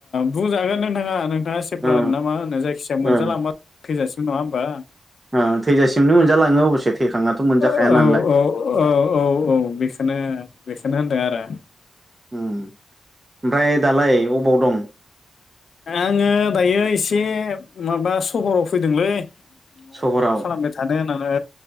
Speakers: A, on the left; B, on the right.
A: बुंजागोन नोंथाङा नोंथाङा सेफ्रा
B: ओ
A: होनो ना मा होनो जायखिजाया मोनजालांबा
B: ओ
A: थैजासिम होन हामबा।
B: ओ थैजासिमनो मोनजालाङो अबसे थैखांनाथ' मोनजाखाया
A: औ
B: नालाय
A: औ औ औ औ बेखोनो बेखोनो होन दे आरो।
B: उम। ओमफ्राय दालाय अबाव दं?
A: आङो दायो एसे माबा सहराव फैदोंलै। न'आवबो
B: सहराव
A: मा खालामबाय थानो होननानै